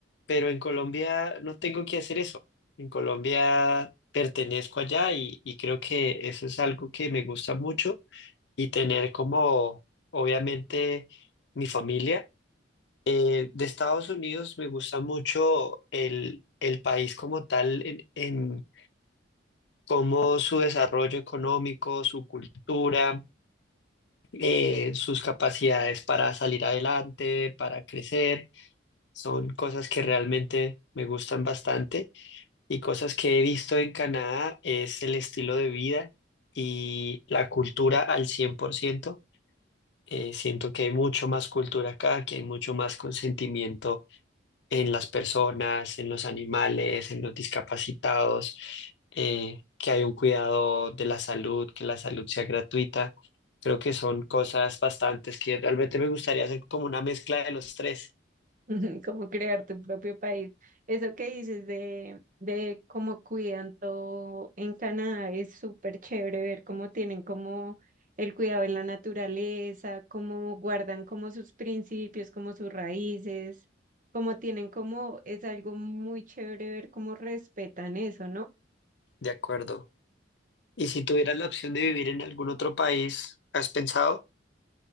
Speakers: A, on the left; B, on the right.
A: pero en Colombia no tengo que hacer eso. En Colombia pertenezco allá y, y creo que eso es algo que me gusta mucho y tener como, obviamente, mi familia. Eh, de Estados Unidos me gusta mucho el, el país como tal, en, en cómo su desarrollo económico, su cultura, eh, sus capacidades para salir adelante, para crecer, son cosas que realmente me gustan bastante y cosas que he visto en Canadá es el estilo de vida. y la cultura al cien por ciento eh, siento que hay mucho más cultura acá, que hay mucho más consentimiento en las personas, en los animales, en los discapacitados, eh, que hay un cuidado de la salud, que la salud sea gratuita. Creo que son cosas bastantes que realmente me gustaría hacer como una mezcla de los tres,
B: <laughs> Ujú, Como crear tu propio país. Eso que dices de, de cómo cuidan todo en Canadá es súper chévere ver cómo tienen como el cuidado de la naturaleza, cómo guardan como sus principios, como sus raíces, cómo tienen como, es algo muy chévere ver cómo respetan eso, ¿no?
A: ¿de acuerdo? Y si tuvieras la opción de vivir en algún otro país, ¿has pensado?